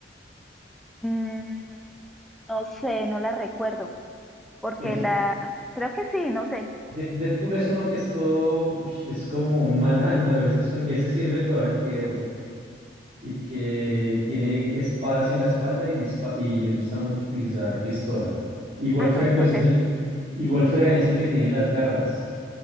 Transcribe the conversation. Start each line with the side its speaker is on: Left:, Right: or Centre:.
Centre: mm, no sé, no la recuerdo, porque
Right: pues
Centre: la, creo que sí, no sé.
Right: de- Deadpool es uno que es todo, ush, es como un malandro, ese, es un, ese sí es el peor antihéroe, y que tiene espadas en la espalda y, dispa- y le gusta mucho utilizar pistola. Y Wolverine,
Centre: Ah, no, entonces,
Right: pues es el, que- y Wolverine es el que tiene las garras,